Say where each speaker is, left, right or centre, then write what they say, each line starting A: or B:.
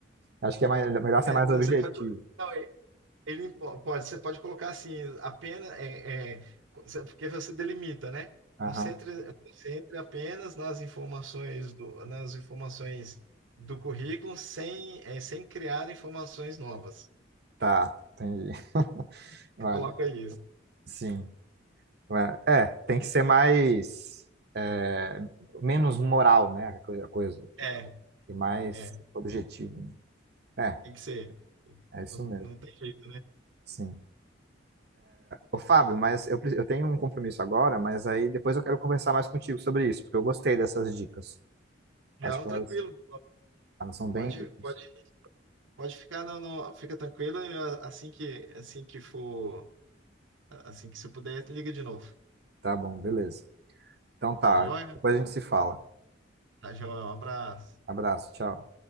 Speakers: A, on the right; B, on the right.
A: Acho que é mais- melhor ser
B: É,
A: mais
B: não,
A: objetivo.
B: você pode. Não, Ele impo- pode, você pode colocar assim, apenas, é, é, porque você delimita, né?
A: Aham.
B: Concentre, concentre apenas nas informações do, nas informações do currículo sem, é, sem criar informações novas.
A: Tá, entendi. Ah,
B: Você coloca isso.
A: Sim. Ah, É, tem que ser mais. é, menos moral, né? A coi- a coisa. tipo,
B: É,
A: e mais
B: é,
A: objetivo. É,
B: tem que ser.
A: é isso
B: Não,
A: mesmo.
B: não tem jeito, né?
A: Sim. Ô, Fábio, mas eu, pre- eu tenho um compromisso agora, mas aí depois eu quero conversar mais contigo sobre isso, porque eu gostei dessas dicas.
B: Não,
A: Acho que
B: tranquilo.
A: elas, elas são bem.
B: Pode,
A: úteis.
B: pode, pode ficar no, no- fica tranquila. e a- Assim que, assim que for, assim que você puder, liga de novo.
A: Tá bom, beleza. Então tá,
B: Tá joia?
A: depois a gente se fala.
B: Tá joia. Um abraço.
A: Abraço, tchau.